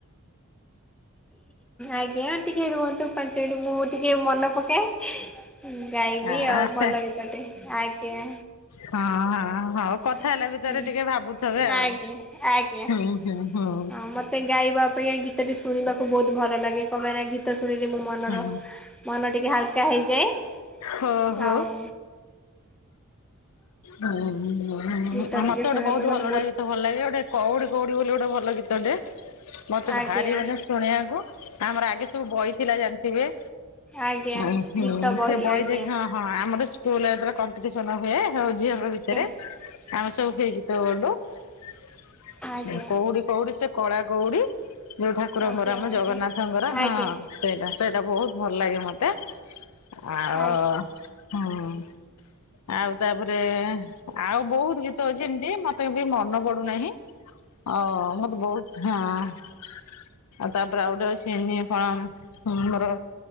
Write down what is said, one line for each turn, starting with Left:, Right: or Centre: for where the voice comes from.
Centre: ଆଜ୍ଞା ଟିକେ ରୁହନ୍ତୁ ପାଞ୍ଚ ମିନିଟ ମୁଁ ଟିକେ ମନେ ପକାଏ। ହୁଁ ଗାଇବି
Left: ଆ
Centre: ଆଉ ଭଲ
Left: ସେ
Centre: ଗୀତ ଟେ ଆଜ୍ଞା।
Left: ହଁ ହଁ ହଉ କଥା
Centre: ହୁଁ
Left: ହେଲା ଭିତରେ ଟିକେ ଭାବୁଥିବେ ଆଉ।
Centre: ଆଜ୍ଞା ଆଜ୍ଞା।
Left: ହୁଁ ହୁଁ ହୁଁ।
Centre: ହଁ ମତେ ଗାଇବା ଅପେକ୍ଷା ଏଇ ଗୀତ ଟି ଶୁଣିବାକୁ ବହୁତ୍ ଭଲ ଲାଗେ। କଂ ପାଇଁ ନା ଗୀତ ଶୁଣିଲେ ମୁଁ -- ମନର
Left: ହୁଁ
Centre: ମନ ଟିକେ ହାଲ୍‌କା ହେଇଯାଏ।
Left: ହୋ ହୋ।
Centre: ଆଉ
Left: ହୁଁ
Centre: ଗୀତ ଟିକେ
Left: ମତେ
Centre: ଶୁଣିବା
Left: ଗୋଟେ ବହୁତ
Centre: ପାଇଁ ମତେ
Left: ଭଲଟା ଗୀତ ଭଲ ଲାଗେ ଗୋଟେ। କଉଡି କଉଡି ବୋଲି ଗୋଟେ ଭଲ ଗୀତ ଟେ ମତେ
Centre: ଆଜ୍ଞା।
Left: ଭାରି ମାନେ ସେ ଶୁଣିବାକୁ। ଆମର ଆଗେ ସବୁ ବହି ଥିଲା ଜାଣିଥିବେ।
Centre: ଆଜ୍ଞା
Left: ଓ ହଁ
Centre: ଗୀତ
Left: ସେ ବହି
Centre: ଆଜ୍ଞା
Left: ଦେଖା ହଁ ହଁ ଆମର ସ୍କୁଲ କମ୍ପିଟିସନ ହୁଏ ହଉ ସବୁ ଝିଅଙ୍କ ଭିତରେ
Centre: <inaudible>
Left: ଆମେ ସବୁ ହେଇ ଗୀତ ବୋଲୁ--କଉଡ଼ି
Centre: ଆଜ୍ଞା।
Left: କଉଡ଼ି ସେ କଳା କଉଡ଼ି ଯୋଉ ଠାକୁରଙ୍କର
Centre: ଆଜ୍ଞା
Left: ଆମ ଜଗନ୍ନାଥଙ୍କର
Centre: ଆଜ୍ଞା
Left: ହଁ-
Centre: ଆଜ୍ଞା ଆଜ୍ଞା।
Left: - ସେଇଟା ସେଇଟା ବହୁତ ଭଲ ଲାଗେ ମୋତେ। ଆଉ
Centre: ଆଜ୍ଞା ଆଜ୍ଞା
Left: ହ ଆଉ ତାପରେ, ଆଉ ବହୁତ ଗୀତ ଅଛି ଏମତି ମତେ ବି ମନେ ପଡୁନାହିଁ। ହ ମତେ ବହୁତ ହାଁ ଆଉ ତା ଉପରେ ଆଉ ଗୋଟେ ଅଛି ୟୁନିଫର୍ମ ହାମର